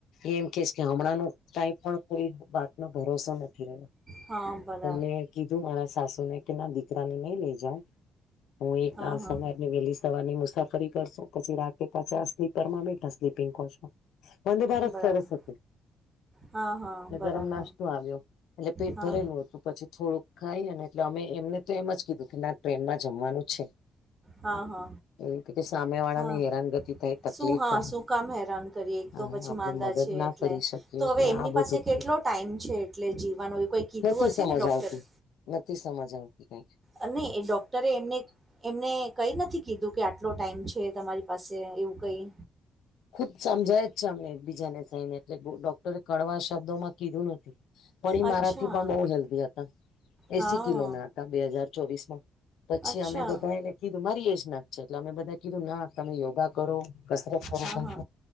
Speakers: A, on the left; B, on the right.
A: એમ કે ગામડાનું કઈ પણ કોઈ વાત ન ભરોસો નથી રહ્યો.
B: હા બર
A: મેં કીધું મારા સાસુને કે ના દીકરાને નઈ લઈ જાય હું એક
B: હા
A: આ
B: હા
A: સમય જે વહેલી સવાર ની મુસાફરી કરશો પછી રાતે પાછા સ્લીપરમાં બેઠા સ્લીપિંગ કોચમાં વંદ ભારત
B: બરાબર
A: સરસ હતું.
B: હા હા
A: એ
B: બરાબર
A: ગરમ નાસ્તો આવ્યો એટલે પેટ
B: હા
A: ભરેલું હતું પછી થોડુંક ખાઈએ ને એટલે અમે એમને તો એમ જ કીધું કે ના ટ્રેનમાં જમવાનું છે.
B: હા હા.
A: એવી રીતે કે સામે વાળાને
B: હા
A: હેરાનગતિ થાય તકલીફ
B: શું હા
A: થાય
B: શું કામ હેરાન કરીએ એક
A: હા
B: તો પછી
A: આપણે
B: માંદા
A: મદદ
B: છે.
A: ના
B: ટલે
A: કરી શકીએ
B: તો
A: એટલે
B: હવે એમની
A: આ બધું
B: પાસે કેટલો ટાઈમ છે એટલે જીવાનો એ કોઈ કીધું
A: નથી
B: હશે
A: સમજ
B: ને ડોક્ટરએ.
A: આવતી નથી સમજ આવતી કઈક.
B: અને એ ડોક્ટરે એમને એમને કઈ નથી કીધું કે આટલો ટાઈમ છે તમારી પસે એવું કઈ
A: ખુદ સમજાય જ છે અમને બીજાને થઈને એટલે બહુ ડોક્ટરે કણવાશ શબ્દોમાં કીધું નથી પણ એ
B: અચ્છા
A: મારાથી પણ બઉ હેલ્ધી હતા એસી
B: હા
A: કિલો ના હતા. તા બે હજાર ચોવીસ માં પછી
B: અચ્છા
A: અમે બધા એને કીધું મારી એજ ના જ છે એટલે અમે બધા કીધું ના તમે યોગા કરો કસરત કરો
B: હા હા